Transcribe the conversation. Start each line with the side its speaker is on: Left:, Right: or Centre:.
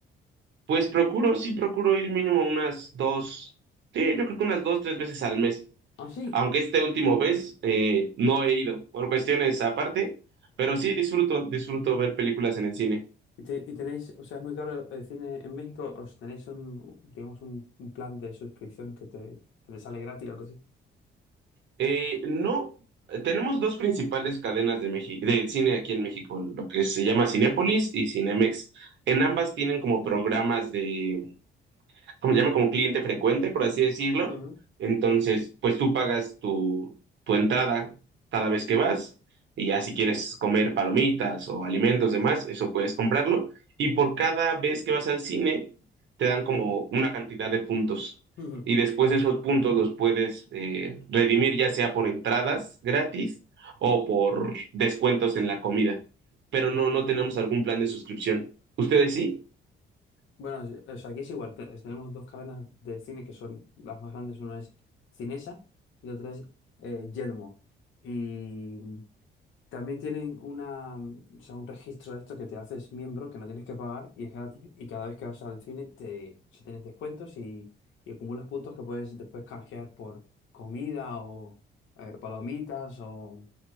Right: Pues procuro, sí, procuro ir mínimo unas dos, sí, yo creo que unas dos, tres veces al mes.
Left: Ah, sí.
Right: Aunque este último vez eh, no he ido por cuestiones aparte, pero sí disfruto, disfruto ver películas en el cine.
Left: Y, te- y tenéis, o sea, es muy caro el cine en México, os tenéis un, digamos, un, un plan de suscripción que te, que te sale gratis o algo así.
Right: Eh, no, tenemos dos principales cadenas de México, de cine aquí en México, lo que se llama Cinépolis y Cinemex. En ambas tienen como programas de como se llama? Como cliente frecuente, por así decirlo.
Left: Mm.
Right: Entonces, pues tú pagas tu, tu entrada cada vez que vas y ya si quieres comer palomitas o alimentos demás, eso puedes comprarlo. Y por cada vez que vas al cine, te dan como una cantidad de puntos.
Left: Ujú.
Right: Y después esos puntos los puedes eh, redimir ya sea por entradas gratis o por descuentos en la comida. Pero no, no tenemos algún plan de suscripción. ¿Ustedes sí?
Left: Bueno, es- o sea, aquí es igual. te- tenemos dos cadenas de cine que son las más grandes. Una es Cinesa y otra es eh, Yelmo. Y también tienen una, mm, o sea, un registro de esto que te haces miembro, que no tienes que pagar y es gratis. Y cada vez que vas al cine te, o sea, tienes descuentos y, y acumulas puntos que puedes después canjear por comida o eh, palomitas o...